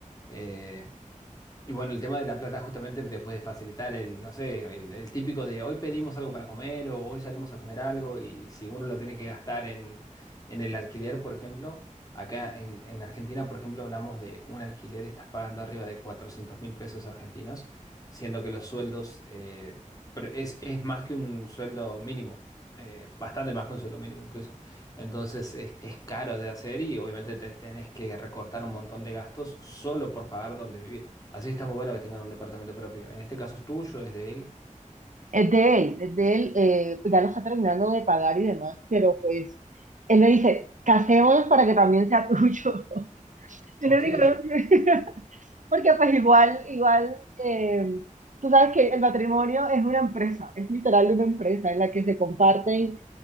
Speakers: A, on the left; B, on the right.
A: Eh, y bueno, el tema de la plata justamente te puede facilitar el, no sé, el, el típico de hoy pedimos algo para comer o hoy salimos a comer algo y si uno lo tiene que gastar en, en el alquiler, por ejemplo, acá en, en Argentina, por ejemplo, hablamos de un alquiler, estás pagando arriba de cuatrocientos mil pesos argentinos, siendo que los sueldos, eh, pero es, es más que un sueldo mínimo, eh, bastante más que un sueldo mínimo incluso. Entonces es, es caro de hacer y obviamente te tenés que recortar un montón de gastos solo por pagar donde vivir. Así está muy bueno que tengan un departamento propio. En este caso es tuyo, es de él.
B: es de él, es de él, eh, pues ya lo está terminando de pagar y demás, pero pues él me dice, casémonos para que también sea tuyo. <laughs> Yo
A: Ok,
B: le digo, <laughs> porque pues igual, igual, eh, tú sabes que el matrimonio es una empresa, es literal una empresa en la que se comparten